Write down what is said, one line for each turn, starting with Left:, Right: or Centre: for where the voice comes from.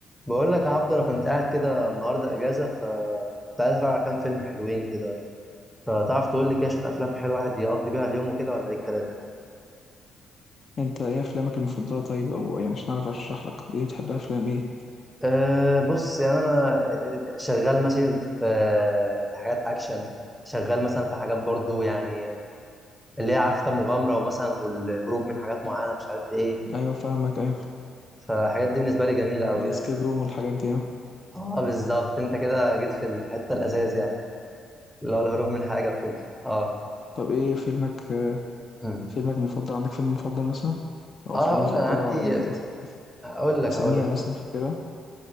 Centre: بقول لك يا عبدو انا كنت قاعد كده النهارده اجازه ف كنت عايز اتفرج على كام فيلم حلوين كده فتعرف تقول لي كده شويه افلام حلوه الواحد يقضي بيها اليوم وكده ولا ايه الكلام
Left: انت ايه افلامك المفضله طيب او يعني مش نعرف اشرح لك ايه بتحبها افلام ايه
Centre: أه بص يعني انا شغال ماشي في آه، حاجات اكشن شغال مثلا في حاجات برضو يعني اللي هي عارفه مغامره ومثلا والهروب من حاجات معينه مش عارف ايه
Left: ايوه فاهمك ايوه
Centre: فالحاجات دي بالنسبه لي جميله قوي
Left: الاسكيب
Centre: يعني
Left: روم والحاجات دي اه.
Centre: اه بالظبط انت كده جيت في الحته الاساس يعني اللي هو الهروب من حاجه وكده اه
Left: طب ايه فيلمك آه،
Centre: مم.
Left: فيلمك المفضل عندك فيلم مفضل مثلا او
Centre: اه
Left: افلام
Centre: هقول
Left: مفضله
Centre: لك، انا عندي
Left: يعني اس- اس-
Centre: هقول لك
Left: اساميها
Centre: هقول لك بص
Left: مثلا فاكرها